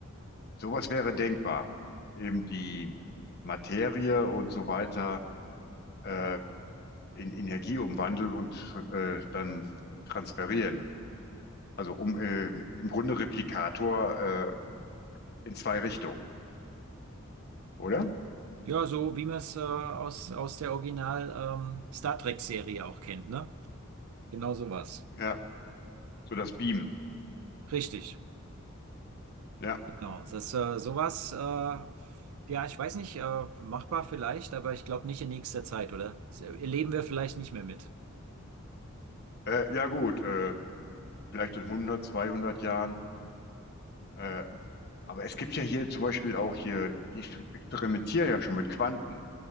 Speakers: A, on the left; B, on the right.
A: sowas wäre denkbar. Eben die Materie und so weiter äh, in Energie umwandeln und äh, dann transferieren. Also um äh, im Grunde Replikator äh, in zwei Richtungen, oder?
B: Ja, so wie man es äh, aus, aus der Original ähm, Star Trek-Serie auch kennt, ne? Genau sowas.
A: Ja, so das Beam.
B: Richtig.
A: Ja,
B: Genau. Das äh, sowas, äh, ja, ich weiß nicht, äh, machbar vielleicht, aber ich glaube nicht in nächster Zeit, oder? Das erleben wir vielleicht nicht mehr mit.
A: äh, ja gut, äh, vielleicht in 100, 200 Jahren. Äh, aber es gibt ja hier zum Beispiel auch hier, die experimentieren ja schon mit Quanten.